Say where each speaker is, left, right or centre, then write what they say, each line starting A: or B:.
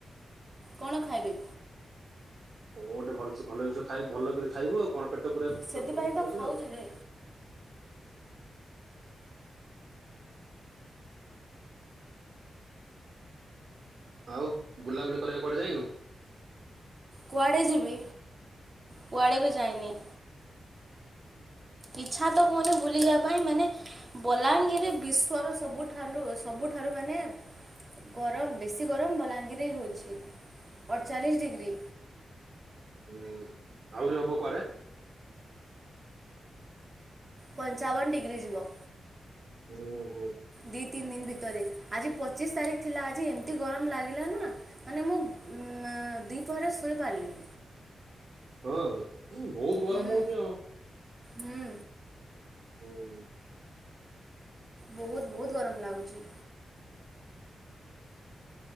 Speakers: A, on the right (about 30°); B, on the right (about 50°).
A: କଣ ଖାଇବି?
B: କଣ ଗୋଟେ ଭଲ ଭଲ ଜିନିଷ ଖାଇ ଭଲ କରି ଖାଇବ ଆଉ କଣ ପେଟ ପୁରା ପେଟ
A: ସେଥିପାଇଁ
B: ଫୁଲ କରିକି
A: ତ ଖାଉଛି
B: ଆଉ।
A: ରେ
B: ଆଉ ବୁଲାବୁଲି କରିବାକୁୁ କୁଆଡେ ଯାଇନୁ?
A: କୁଆଡ଼େ ଯିବି କୁଆଡ଼େ ବି ଯାଇନି। ଇଚ୍ଛା ତ ହୁଅନି ବୁଲିବା ପାଇଁ ମାନେ ବଲାଙ୍ଗୀରରେ ବିଶ୍ୱର ସବୁ ଠାରୁ ସବୁଠାରୁ ମାନେ ଗରମ ବେଶୀ ଗରମ ଭଲାଙ୍ଗିରେ ହେଉଛି ଅଠଚାଳିଶ ଡିଗ୍ରୀ
B: ଉଁ ଆହୁରି ହବ କୁଆଡେ?
A: ପଞ୍ଚାବନ ଡିଗ୍ରୀ ଯିବ।
B: ହୁଁ ହୁଁ।
A: ଦି ତିନି ଦିନ ଭିତରେ ଆଜି ପଚିଶ ତାରିଖ ଥିଲା ଆଜି ଏମିତି ଗରମ ଲାଗିଲା ନା ମାନେ ମୁଁ ଉ ଦିପହରେ ଶୋଇ ପାରିଲିନି।
B: ହଁ ବହୁତ ଗରମ
A: ହୁଁ
B: ହଉଛି ଆଉ
A: ହୁଁ।
B: ହୁଁ।
A: ବହୁତ ବହୁତ ଗରମ ଲାଗୁଛି।